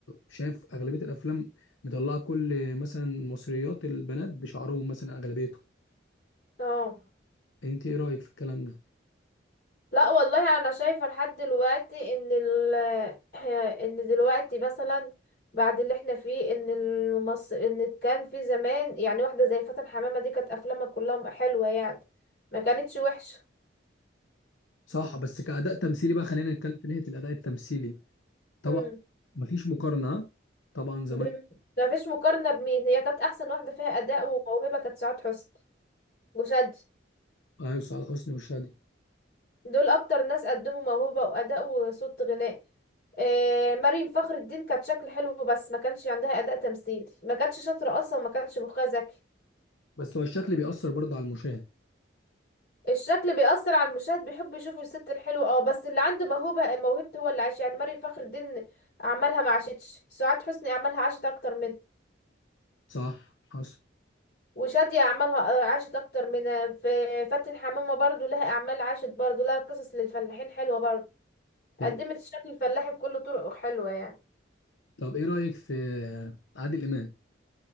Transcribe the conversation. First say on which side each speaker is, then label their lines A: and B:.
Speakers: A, on the left; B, on the left.
A: شايف اغلبيه الافلام مطلعه كل مثلا مصريات البنات بشعرهم مثلا اغلبيتهم
B: اه
A: انت ايه رايك في الكلام ده
B: لا والله انا شايفة لحد دلوقتي ان ال <laughs> <clears throat> ان دلوقتي مثلا بعد اللي احنا فيه ان المص... ان كان في زمان يعني واحدة زي فاتن حمامة دي كانت افلامها كلها حلوة يعني ما كانتش وحشة
A: صح بس كأداء تمثيلي بقى خلينا نتكلم في ناحية الأداء التمثيلي طبعا
B: امم
A: مفيش مقارنة ها؟ طبعا زمان
B: ب... ما فيش مقارنة بمين هي كانت احسن واحدة فيها اداء وموهبة كانت سعاد حسني وشادي
A: ايوه صالح حسني وشادي
B: دول اكتر ناس قدموا موهبة واداء وصوت غناء آه مريم فخر الدين كانت شكل حلو بس ما كانش عندها اداء تمثيلي ما كانتش شاطرة اصلا وما كانش مخها ذكي
A: بس هو الشكل بيأثر برضه على المشاهد
B: الشكل بيأثر على المشاهد بيحب يشوف الست الحلوة اه بس اللي عنده موهبة موهبته هو اللي عاش يعني مريم فخر الدين اعمالها ما عاشتش سعاد حسني اعمالها عاشت اكتر منه
A: صح حصل
B: وشادية اعمالها آه، عاشت اكتر منها في فاتن حمامة برضو لها اعمال عاشت برضو لها قصص للفلاحين حلوة برضو
A: طب
B: قدمت الشكل الفلاحي بكل طرق حلوة يعني
A: طب ايه رأيك في عادل إمام